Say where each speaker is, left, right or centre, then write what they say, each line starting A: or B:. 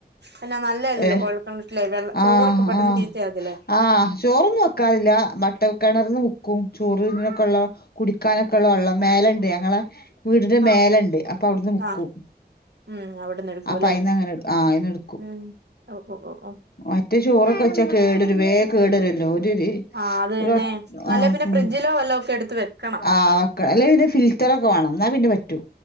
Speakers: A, on the right; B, on the left.
A: തന്നെ നല്ല അല്ലല്ലോ
B: ഏ
A: കൊയൽ ക്കെണറ്റിലെ വെള്ളം
B: ആഹ്
A: ചോറൊക്കെ പെട്ടെന്ന്
B: ആഹ്
A: ചീത്തയാകത്തില്ലേ?
B: ആഹ് ചോറൊന്നും വെക്കാറില്ല വട്ട കെണർന്ന് മുക്കും ചോറ് ത്‌നൊക്കെള്ളാ കുടിക്കാനൊക്കള്ള വെള്ളം മേലണ്ട് ഞങ്ങളെ വീടിന്റെ
A: ആഹ്
B: മേലണ്ട് അപ്പവിടുന്ന് മുക്കും
A: ആഹ് ഉം അവിടുന്ന് എടുക്കൂല്ലേ
B: അപ്പയിന്നങ്ങനെ എട് ആഹ് അയിന്നെട്
A: ഉം ഓ ഓ ഓ ഓഹ്
B: മറ്റ് ചോറൊക്കെ വെച്ചാ കേടരു വേം കേടരുല്ലോ ഒരുര്
A: ആഹ് അത് തന്നെ
B: <inaudible> ആഹ്
A: അല്ല പിന്നെ
B: ഉം
A: ഫ്രിഡ്ജിലോ വല്ലോം ഒക്കെ എടുത്ത് വെക്കണം
B: ആ ഒക്ക അല്ലെ പിന്ന ഫിൽറ്ററൊ ക്ക വാണം ന്നാ പിന്നെ പറ്റും